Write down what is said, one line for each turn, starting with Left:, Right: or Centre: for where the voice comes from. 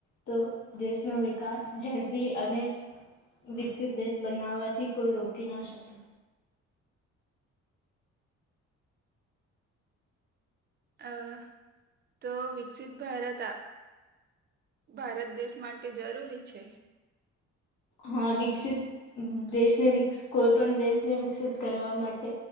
Left: તો દેશનો વિકાસ ઝડ પી અને વિકસિત દેશ બનાવવાથી કોઈ રોકી ન શકે.
Right: અ તો વિકસિત ભારત આપ ભારત દેશ માટે જરૂરી છે.
Left: હા વિકસિત દેશને વિક કોઈપણ દેશને વિકસિત કરવા માટે